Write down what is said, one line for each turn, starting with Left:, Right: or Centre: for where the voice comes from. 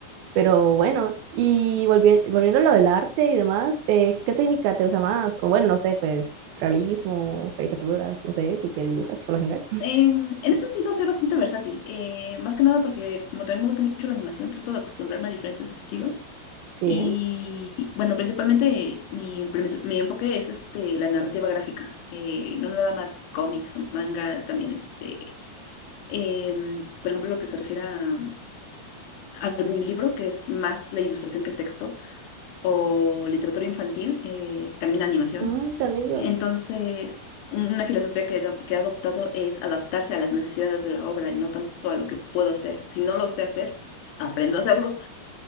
Right: Pero bueno, y volvien- volviendo a lo del arte y demás, eh, ¿qué técnica te gusta más? O bueno, no sé, pues realismo, caricaturas, no sé, tú qué dibujas por lo general.
Left: Em, en ese sentido soy bastante versátil, eh, más que nada porque como también me gusta mucho la animación, trato de acostumbrarme a diferentes estilos
Right: Sí,
Left: y bueno, principalmente mi, premis- mi enfoque es este, la narrativa gráfica, eh, no nada más cómics o manga, también este, em, por ejemplo, lo que se refiere a álbum libro, que es más la ilustración que el texto, o literatura infantil, eh, también animación.
Right: mm, tan lindo.
Left: Entonces, una filosofía que, he adop- que he adoptado es adaptarse a las necesidades de la obra y no tanto a lo que puedo hacer. Si no lo sé hacer, aprendo a hacerlo.